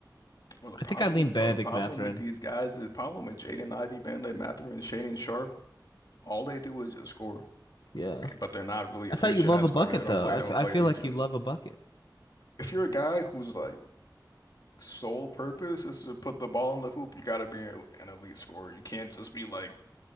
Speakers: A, on the left; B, on the left.
A: well, the
B: I
A: problem,
B: think I lean Benedict
A: bro, the problem
B: Matherin.
A: with these guys, the problem with Jaden Ivey, Bamba Mathers, and Shaedon Sharp, all they do is just score,
B: Yeah.
A: but they're not really efficient
B: I thought you love
A: at
B: a
A: scoring.
B: bucket
A: They don't
B: though.
A: play,
B: I,
A: they don't
B: f- I
A: play
B: feel
A: defense.
B: like you love a bucket.
A: If you're a guy whose like sole purpose is to put the ball in the hoop, you gotta be an elite scorer. You can't just be like